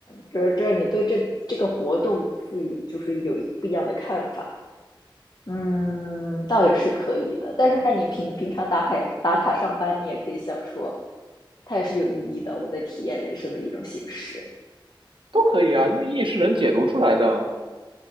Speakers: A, on the left (about 50°); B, on the right (about 70°).
A: 就是这你对这这个活动赋予就是有一不一样的看法。嗯，倒也是可以的。但是那你平平常打卡打卡上班，你也可以想说，它也是有意义的，我在体验人生的一种形式，
B: 都可以啊，因为意义是人解读出来的啊。